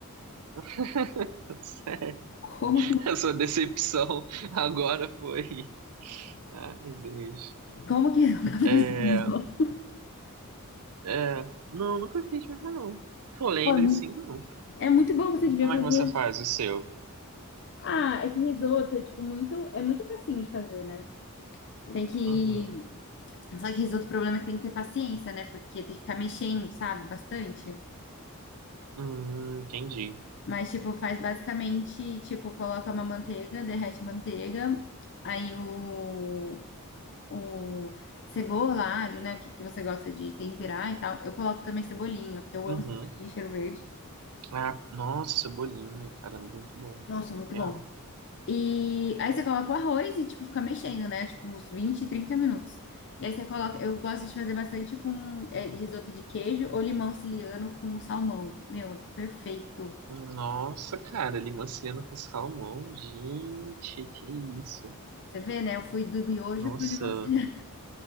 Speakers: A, on the right; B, on the left.
A: <laughs> Sério,
B: Como que
A: a sua decepção agora foi. Ai, Deus.
B: como que <laughs> nunca fez
A: É,
B: risoto?
A: é, não, nunca fiz mesmo, não. Que eu lembre,
B: Pô, é muito,
A: sim, não.
B: é muito bom, você devia
A: Como
B: fazer.
A: é que você faz o seu?
B: Ah, é que risoto é tipo muito, é muito facinho de fazer, né? Tem que.
A: Uhum.
B: Só que risoto, o problema é que tem que ter paciência, né? Porque tem que ficar mexendo, sabe? Bastante.
A: Hum, entendi.
B: Mas, tipo, faz basicamente, tipo, coloca uma manteiga, derrete a manteiga, aí o, o cebola, alho, né? O que, que você gosta de temperar e tal. Eu coloco também cebolinha, porque eu
A: Uhum.
B: amo cebolinha e cheiro verde.
A: Ah, nossa, cebolinho, cara, muito bom.
B: Nossa, muito
A: Real.
B: bom. E aí você coloca o arroz e, tipo, fica mexendo, né? Tipo, uns 20 30 minutos. E aí você coloca. Eu gosto de fazer bastante com é, risoto de queijo ou limão siciliano com salmão. Meu, é perfeito.
A: Nossa, cara, limão siciliano com salmão, gente, que isso.
B: Você vê, né? Eu fui do miojo
A: Nossa,
B: pro limão siciliano.